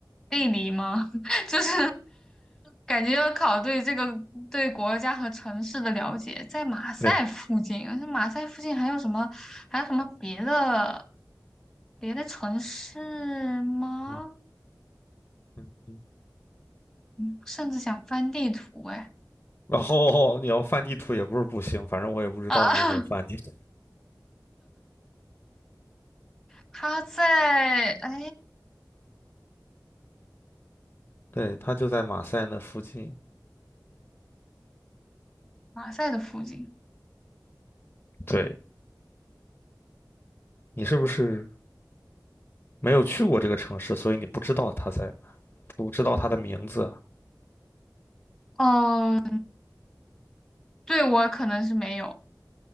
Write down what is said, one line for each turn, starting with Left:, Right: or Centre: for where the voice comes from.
Centre: 地理吗？<laughs> 就是感觉要考对这个对国家和城市的了解，在马赛附近，
Left: 对，
Centre: 而且马赛附近还有什么还有什么别的别的城市吗？
Left: 嗯嗯嗯。
Centre: 嗯，甚至想翻地图哎
Left: 然后你要翻地图也不是不行，反正我也不知道你有没有翻地图。
Centre: 啊，<laughs> 它在哎
Left: 对，它就在马赛那附近。
Centre: 马赛的附近，
Left: 对，你是不是没有去过这个城市，所以你不知道它在，不知道它的名字啊
Centre: 哦，对我可能是没有，